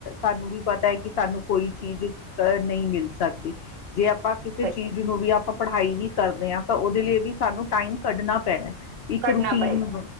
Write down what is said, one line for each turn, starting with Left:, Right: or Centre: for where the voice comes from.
Left: ਸਾਨੂੰ ਵੀ ਪਤਾ ਹੈ ਕਿ ਸਾਨੂੰ ਕੋਈ ਚੀਜ਼ ਘਰ ਨਹੀਂ ਮਿਲ ਸਕਦੀ ਜੇ ਆਪਾਂ ਕਿਸੇ
Right: ਸਹੀ
Left: ਚੀਜ਼ ਨੂੰ ਵੀ ਆਪ ਆਪਾਂ ਪੜ੍ਹਾਈ ਵੀ ਕਰਦੇ ਹਾਂ ਤਾਂ ਉਹਦੇ ਲਈ ਵੀ ਸਾਨੂੰ ਟਾਈਮ ਕੱਢਣਾ ਪੈਣਾ। ਇੱਕ
Right: ਕੱਢਣਾ
Left: ਰੂਟੀਨ
Right: ਪਏਗਾ